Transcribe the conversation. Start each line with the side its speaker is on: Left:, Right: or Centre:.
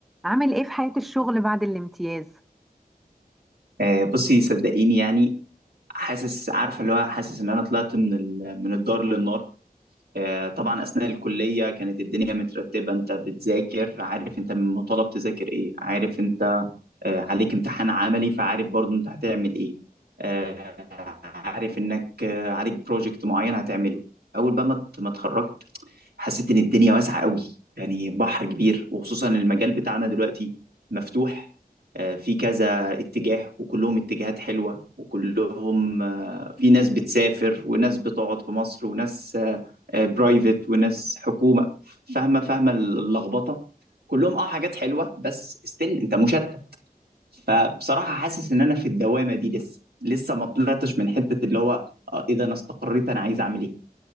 Centre: عامل ايه في حياة الشغل بعد الامتياز؟
Right: آه، بصي صدقيني يعني حاسس عارفه اللي هو حاسس ان انا طلعت من ال- من الدار للنار آه، طبعا اثناء الكليه كانت الدنيا مترتبه انت بتذاكر عارف انت مطالب تذاكر ايه عارف انت آه، عليك امتحان عملي فعارف برضو انت هتعمل ايه آه، عارف انك آه، عليك بروجكت معين هتعمله اول بقى ما ت- ما اتخرجت حسيت ان الدنيا واسعه قوي يعني بحر كبير وخصوصا المجال بتاعنا دلوقتي مفتوح آه، في كذا اتجاه وكلهم اتجاهات حلوه وكلهم آه، في ناس بتسافر وناس بتقعد في مصر وناس برايفت وناس حكومه فاهمه فاهمه اللخبطه كلهم اه حاجات حلوه بس ستيل انت مشتت فبصراحه حاسس ان انا في الدوامه دي لسه لسه ما طلعتش من حته اللي هو آه، اذا انا استقريت انا عايز اعمل ايه